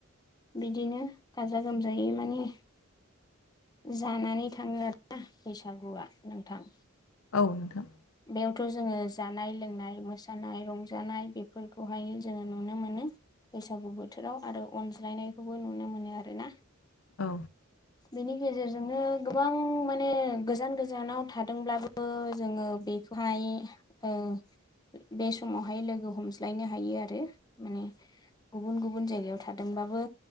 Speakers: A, on the left; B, on the left.
A: बिदिनो गाजा गोमजायै माने जानानै थाङो आरोना बैसागुआ नोंथां
B: औ नोंथां
A: बेयावथ' जोङो जानाय लोंनाय मोसानाय रंजानाय बेफोरखौहाय जोङो नुनो मोनो बैसागु बोथोराव आरो अनज्लायनायखौबो नुनो मोनो आरो ना
B: औ
A: बेनि गेजेरजोंनो गोबां माने गोजान गोजानाव थादोंब्लाबो जोङो बेखौहाय ओ बे समावहाय लोगो हमज्लायनो हायो आरो माने गुबुन गुबुन जायगायाव थादोंबाबो